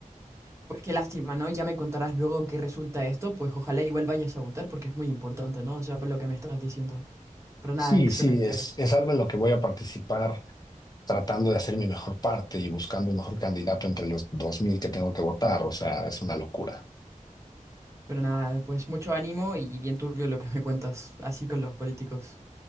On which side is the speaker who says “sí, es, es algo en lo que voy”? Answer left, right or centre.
Left